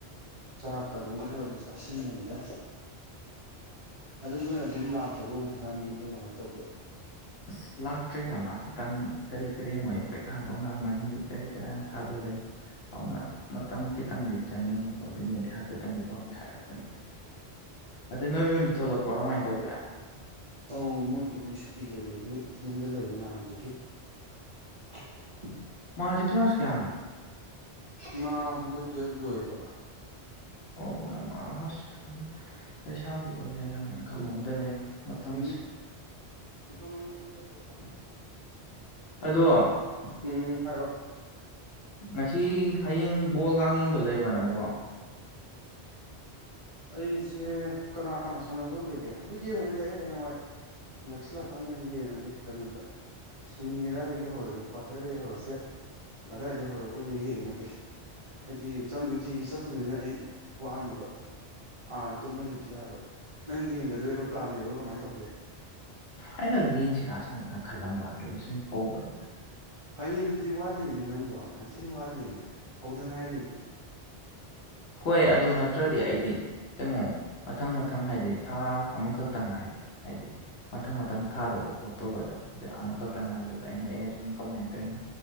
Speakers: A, on the right; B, on the left.
A: ꯆꯥꯛꯀ ꯑꯗꯨꯝ ꯈꯔ ꯑꯣꯏꯅ ꯆꯥꯁꯤꯟꯕꯅꯤꯗ ꯑꯗꯨ ꯅꯣꯏ ꯑꯗꯨꯝ ꯂꯥꯛꯇ꯭ꯔꯕꯣ ꯍꯧꯖꯤꯛꯀꯥꯟꯅꯤ ꯌꯨꯝꯗ ꯀꯃꯥꯏꯅ ꯇꯧꯒꯦ
B: ꯑꯁ ꯂꯥꯛꯇ꯭ꯔꯦꯗ ꯃꯥ ꯈꯤꯇꯪ ꯀꯔꯤ ꯀꯔꯤ ꯃꯣꯏ ꯄꯩꯈꯥꯗꯣ ꯃꯅꯤꯡ ꯀꯔꯤ ꯀꯔ ꯍꯥꯗꯣ ꯂꯩ ꯑꯗꯨꯅ ꯃꯇꯝ ꯈꯤꯇꯪꯗꯤ ꯆꯪꯒꯤꯅꯤ <unintelligible> ꯍꯥꯏꯐꯦꯠꯇꯪꯗꯤ ꯄꯥꯎꯗꯤ ꯍꯥꯏꯔꯛꯄꯅꯤꯅ ꯑꯗ ꯅꯣꯏ ꯕꯦꯝꯗꯤ ꯊꯣꯛꯂꯛꯄ꯭ꯔꯣ ꯀꯃꯥꯏ ꯇꯧꯒꯦ
A: ꯑꯧ ꯃꯣꯏꯕꯨꯗꯤ ꯁꯨꯇꯤ ꯂꯩꯕꯒꯤ ꯌꯨꯝꯗ ꯂꯩꯔꯦ ꯅꯍꯥꯟꯗꯨꯒꯤ <inaudible>
B: ꯃꯥꯖꯤ ꯀ꯭ꯂꯥꯁ ꯀꯌꯥꯅꯣ
A: ꯃꯥ ꯍꯟꯗꯛ ꯇꯨꯋꯦꯜ ꯂꯣꯏꯕ
B: ꯑꯣ ꯌꯥꯝ ꯑꯁ ꯂꯩꯁꯥꯕꯤ ꯑꯣꯏ ꯂꯩꯔꯝꯃꯦ ꯈꯪꯍꯧꯗꯔꯦ ꯃꯇꯝꯁꯦ
A: ꯎꯝ <unintelligible>
B: ꯑꯗꯣ
A: ꯎꯝ ꯍꯥꯢꯔꯛꯑꯣ
B: ꯉꯁꯤ ꯍꯌꯦꯡ ꯕꯣꯜꯒ ꯌꯦꯡꯗꯧ ꯂꯩꯕ꯭ꯔꯥ ꯅꯪꯕꯣ
A: ꯑꯩꯁꯦ ꯀꯅꯥ ꯀꯅꯥ ꯁꯥꯟꯅꯗꯣꯏ ꯂꯩꯒꯦ ꯍꯧꯖꯤꯛ ꯌꯦꯡꯉꯣꯢꯗ ꯑꯩ ꯍꯌꯦꯡ ꯋꯥꯏ ꯅꯛꯁꯤꯜꯂꯛ ꯀꯥꯟꯗ ꯌꯦꯡꯉꯒꯦ ꯀꯩꯅꯣꯗ ꯁꯤꯃꯤ ꯑꯗꯨꯋꯥꯏꯗꯒꯤ ꯍꯧꯔꯒꯦ ꯀ꯭ꯋꯥꯇꯔꯗꯒꯤ ꯍꯧꯔꯁꯁꯨ ꯌꯥꯏ ꯑꯗꯨꯋꯥꯏꯗ ꯍꯧꯔꯒ ꯑꯣꯏꯅ ꯌꯦꯡꯉꯒꯦ ꯍꯥꯏꯗꯤ ꯅꯨꯡꯇꯤꯒꯤ ꯆꯠꯇꯣꯏꯅꯤꯅ ꯑꯩ ꯋꯥꯅꯦꯕ ꯑꯥꯗ ꯇꯨꯝꯃ ꯂꯩꯕꯁꯨ ꯌꯥꯔꯣꯏ ꯅꯪ ꯌꯦꯡꯒꯗꯣꯏꯔꯣ ꯄ꯭ꯂꯥꯟ ꯂꯩꯕꯔꯣ ꯀꯃꯥꯏꯅ ꯇꯧꯒꯦ
B: ꯐꯥꯏꯅꯦꯜ ꯌꯦꯡꯁꯤꯔ ꯁꯨꯃꯥꯏꯅ ꯈꯜꯂꯝꯕ ꯑꯗꯨꯒꯤ ꯁꯨꯝ ꯍꯧꯕꯅꯤꯗ
A: ꯐꯥꯏꯅꯦꯜꯗꯨꯗꯤ ꯋꯥꯠꯂꯤꯃꯤ ꯅꯪꯕꯨ ꯌꯥꯝ ꯊꯤꯅ ꯋꯥꯠꯂꯤꯃꯦ ꯍꯧꯗ ꯉꯥꯏꯔꯤꯃꯦ
B: ꯍꯣꯏ ꯑꯗꯨ ꯅꯠꯇ꯭ꯔꯗꯤ ꯑꯩꯗꯤ ꯀꯩꯅꯣ ꯃꯊꯪ ꯃꯊꯪ ꯍꯥꯏꯗꯤ ꯊꯥ ꯑꯃꯈꯛꯇꯪ ꯍꯥꯏꯔꯦ ꯍꯥꯏꯗꯤ ꯃꯊꯪ ꯃꯊꯪ ꯊꯥꯗꯣꯛꯑꯣ ꯈꯣꯠꯇꯧꯕꯗꯣ ꯑꯗꯨ ꯑꯃꯈꯛꯇꯪ ꯉꯥꯏꯕꯗꯨꯗ ꯑꯩꯅ ꯑꯦ ꯁꯨꯝ ꯀꯃꯥꯏꯅ ꯇꯧꯔꯤꯅꯣ